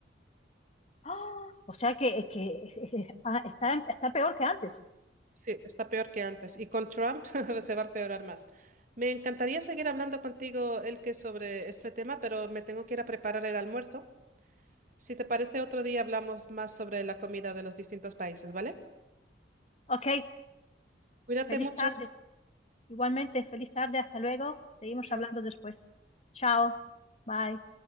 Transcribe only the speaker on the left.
<gasps> ¡Ah! O sea que, que eh, ah, está, está peor que antes.
Ok,
feliz
tarde. Igualmente, feliz tarde. Hasta luego. Seguimos
hablando después. Chao. Bye.